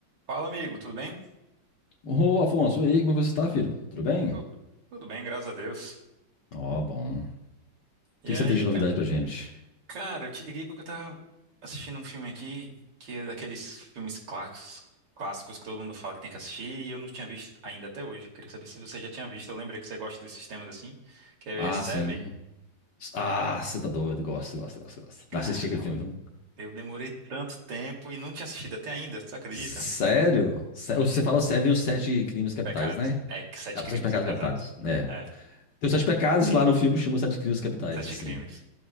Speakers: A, on the right (about 60°); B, on the left (about 65°).
A: Fala, amigo, tudo bem?
B: Ô, Afonso, e aí, como é que você tá, filho? Tudo bem?
A: Tu- Tudo bem, graças a Deus.
B: Ó, bom. O
A: E
B: que
A: aí,
B: que você tem de novidade
A: ca-
B: pra gente?
A: cara, eu te liguei porque eu tava assistindo um filme aqui, que é daqueles filmes clássicos, clássicos que todo mundo fala que tem que assistir, e eu não tinha visto ainda até hoje. Queria saber se você já tinha visto. Eu lembrei que você gosta desses temas assim, que é
B: Ah,
A: Seven.
B: sim. Ah, você tá doido. Gosto, gosto, gosto, gosto.
A: Caramba,
B: Assisti aquele filme, viu?
A: eu demorei tanto tempo e não tinha assistido até ainda, você acredita?
B: Sério? Sé- Você fala Seven, os Sete Crimes Capitais,
A: Pecados.
B: né?
A: É, que Sete
B: Ah,
A: Crimes,
B: os Sete Pecados
A: exato.
B: Capitais. É.
A: É,
B: Tem os Sete Pecados e lá no filme, chama os Sete Crimes Capitais,
A: Sete
B: assim.
A: Crimes.